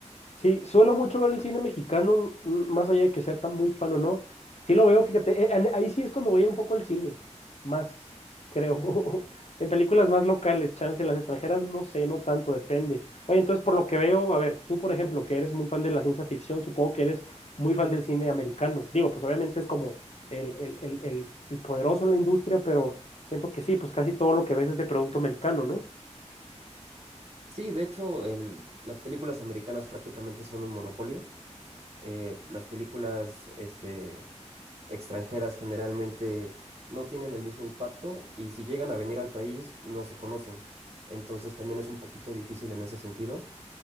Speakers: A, on the left (about 65°); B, on the right (about 60°).
A: Sí, suelo mucho ver el cine mexicano, m- más allá de que sea tan muy fan o no. Sí lo veo, fíjate, eh, en- ahí sí es cuando voy un poco al cine, más, creo. <laughs> En películas más locales, chance, en las extranjeras no sé, no tanto, depende. Oye, entonces por lo que veo, a ver, tú por ejemplo, que eres muy fan de la ciencia ficción, supongo que eres muy fan del cine americano. Digo, pues obviamente es como el, el, el, el, el poderoso en la industria, pero siento que sí, pues casi todo lo que ves es de producto americano, ¿no?
B: Sí, de hecho, el, las películas americanas prácticamente son un monopolio. Eh, las películas este, extranjeras generalmente no tienen el mismo impacto y si llegan a venir al país no se conocen. Entonces también es un poquito difícil en ese sentido.